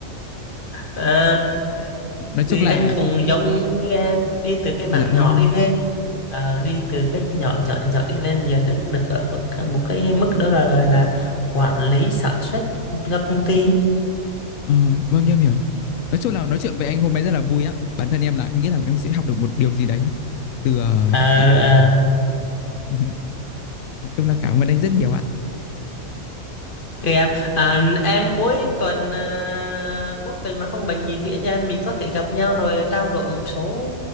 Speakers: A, on the left; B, on the left.
A: à,
B: nói chung
A: thì
B: là
A: anh cũng giống như em đi từ cái mảng
B: dạ vâng
A: nhỏ đi lên Ờ, đi từ cái nhỏ nhỏ nhỏ đi lên giờ đứng được ở một, một cái mức đó là gọi là quản lý sản xuất cho công ty
B: Ờ, vâng em hiểu. Nói chung là nói chuyện với anh hôm nay rất là vui á. Bản thân em là em nghĩ là em sẽ học được một điều gì đấy từ ờ,
A: à,
B: những cái chia sẻ. Ừ, Nói chung là cảm ơn anh rất nhiều ạ.
A: Kìa em, à, em cuối tuần à, cuối tuần mà không bệnh gì thì anh em mình có thể gặp nhau rồi trao đổi một số